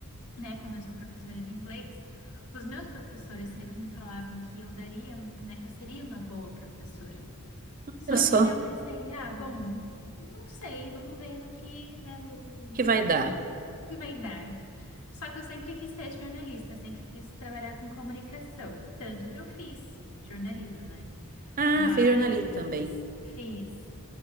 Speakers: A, on the left; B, on the right.
A: né, como eu sou professora de inglês, os meus professores sempre me falavam que eu daria, né, que eu seria uma boa professora. Só
B: Olha só,
A: que daí eu pensei, ah, bom, não sei, vamos ver no que, né, o,
B: que
A: o-
B: vai dar.
A: o que vai dar. Só que eu sempre quis ser jornalista, sempre quis trabalhar com comunicação, tanto que eu fiz jornalismo, né?
B: Ah,
A: Mas
B: fez jornalismo também.
A: fiz.